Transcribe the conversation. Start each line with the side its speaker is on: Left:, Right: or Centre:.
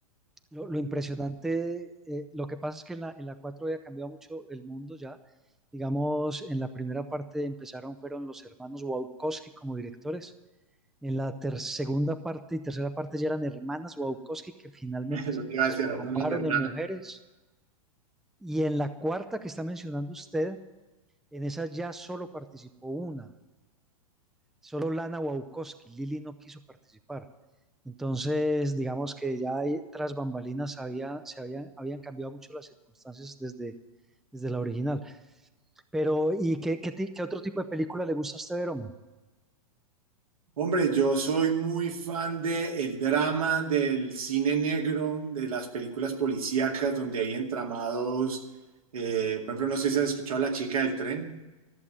Centre: Lo, lo impresionante,
Right: <laughs>
Centre: eh, lo que pasa es que en la, en la 4 había cambiado mucho el mundo ya. Digamos, en la primera parte empezaron, fueron los hermanos Wachowski como directores. En la ter- segunda parte y tercera parte ya eran hermanas Wachowski que finalmente
Right: lo
Centre: se
Right: que
Centre: transformaron
Right: iba a decir ahora son las hermanas.
Centre: en mujeres. Y en la cuarta que está mencionando usted, en esa ya solo participó una, Solo Lana Wachowski, Lili no quiso participar. Entonces, digamos que ya ahí, tras bambalinas había, se había- habían cambiado mucho las circunstancias desde, desde la original. Pero, ¿y qué, qué, ti- qué otro tipo de película le gusta a usted ver, hombre?
Right: Hombre, yo soy muy fan del drama, del cine negro, de las películas policíacas donde hay entramados. eh, por ejemplo, no sé si has escuchado La chica del tren.